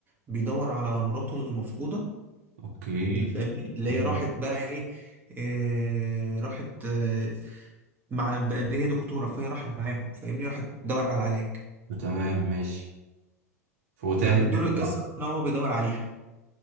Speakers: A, on the right; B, on the right.
A: بيدور على مراته المفقودة
B: اوكي
A: فاهمني اللي
B: امم
A: هي راحت بقى ايه إيه، راحت آه، مع الب- هي دكتورة فهي راحت معاهم فاهمني راحت تدور على العلاج
B: تمام ماشي وتاهت
A: فبتدور
B: مني
A: القصة ان هو بيدور عليها